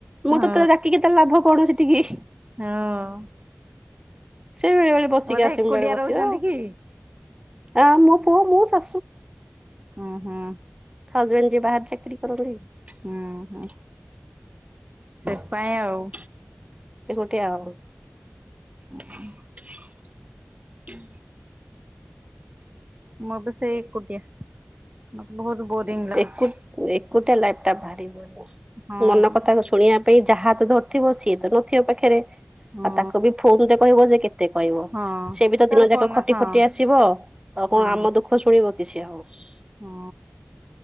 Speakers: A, on the right; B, on the right.
A: ହଁ
B: ମୁଁ ତତେ ଡାକିକି ତାହେଲେ ଲାଭ, କଣ ସେଠିକି।
A: ହଁ।
B: ସେ ବସିକି
A: ବୋଧେ
B: ଆସିମୁୁ,
A: ଏକୁଟିଆ
B: ବସିବ
A: ରହୁଛନ୍ତି କି?
B: ଆ ମୁ କୁହ, ମୋ ଶାଶୁ
A: ହଁ ହଁ।
B: ହଜବେଣ୍ଡ ଯିଏ ବାହାର ଚାକିରି କରନ୍ତି।
A: ହୁଁ, ହଁ। ସେଥିପାଇଁ ଆଉ।
B: ଏକୁଟିଆ ଆଉ।
A: <inaudible> ମୁଁ ବି ସେଇ ଏକୁଟିଆ। ମତେ ବହୁତ ବୋରିଂ ଲାଗୁଛି
B: ଏକୁଟ ଏକୁଟିଆ ଲାଇଫ ଟା ଭାରି ବୋରିଙ୍ଗ।
A: ହଁ।
B: ମନ କଥା ଶୁଣିବା ପାଇଁ ଯାହା ହାତ ଧରିଥିବ ସିଏ ତ ନଥିବ ପାଖରେ
A: ହଁ
B: ଆଉ ତାକୁ ବି ଫୋନ ରେ କହିବ ଯେ କେତେ କହିବ,
A: ହଁ
B: ସେ ବି ତ
A: ତୋର
B: ଦିନ
A: ଫୋନ
B: ଯାକ ଖଟି
A: ହଁ
B: ଖଟି ଆସିବ ଆଉ
A: ହଁ
B: କଣ ଆମ ଦୁଃଖ ଶୁଣିବ କି ସିଏ ଆଉ।
A: ହଁ।